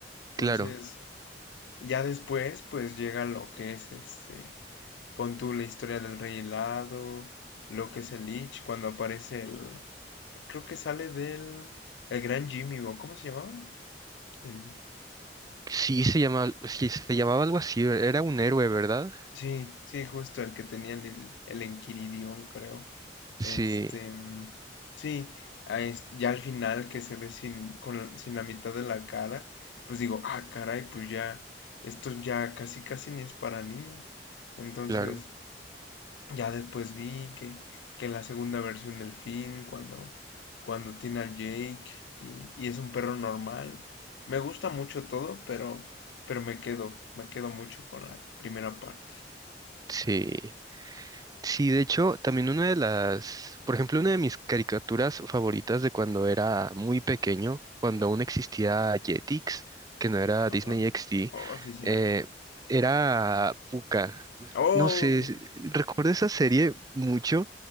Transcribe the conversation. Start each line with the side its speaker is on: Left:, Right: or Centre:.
Left: Entonces...
Right: Claro.
Left: Ya después, pues llega lo que es este, pon tú la historia del Rey Helado, lo que es el Lich, cuando aparece el, creo que sale del, el Gran Jimmy, o ¿cómo se llamaba? El,
Right: Sí se llama, sí se llamaba algo así, era un héroe, ¿verdad?
Left: sí, sí, justo el que tenía el, el Enquiridión, creo.
Right: Sí,
Left: Este, mm, sí, a es- ya al final que se ve sin, con, la- sin la mitad de la cara, pues digo, ah, caray, pues ya, esto ya casi casi ni es para niños. Entonces,
Right: claro,
Left: Ya después vi que, que la segunda versión del Finn, cuando, cuando tiene al Jake y, y es un perro normal. Me gusta mucho todo, pero, pero me quedo, me quedo mucho con la primera parte.
Right: sí. Sí, de hecho, también una de las, por ejemplo, una de mis caricaturas favoritas de cuando era muy pequeño, cuando aún existía Jetix, que no era
Left: Ajá.
Right: Disney XD,
Left: Oh, sí, cierto.
Right: eh, era Pucca.
Left: Oh,
Right: No sé, es- recuerdo esa serie mucho